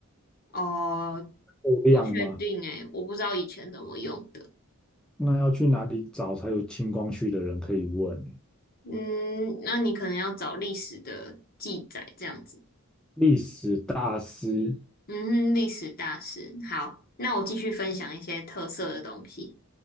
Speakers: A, on the left; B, in the centre.
A: 哦，
B: 够亮吗？
A: 不确定诶，我不知道以前怎么用的。
B: 那要去哪里找才有清光绪的人可以问？
A: 嗯，那你可能要找历史的记载这样子。
B: 历史大师，
A: 嗯哼，历史大师。好，那我继续分享一些特色的东西。